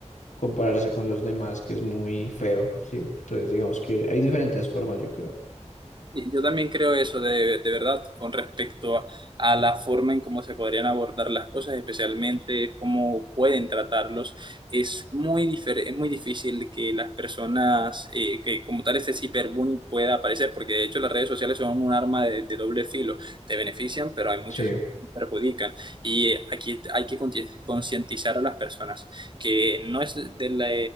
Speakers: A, on the left; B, on the right.
A: compararse con los demás, que es muy feo, ¿sí? Entonces digamos que hay diferentes formas, yo creo.
B: Y Yo también creo eso de, de verdad con respecto a, a la forma en cómo se podrían abordar las cosas, especialmente cómo pueden tratarlos. Es muy difer- es muy difícil que las personas, eh, que como tal este ciberbullying pueda aparecer, porque de hecho las redes sociales son un arma de, de doble filo. Te benefician, pero hay muchos
A: Sí.
B: que te perjudican. Y eh, aquí hay que conti- concientizar a las personas que no es de la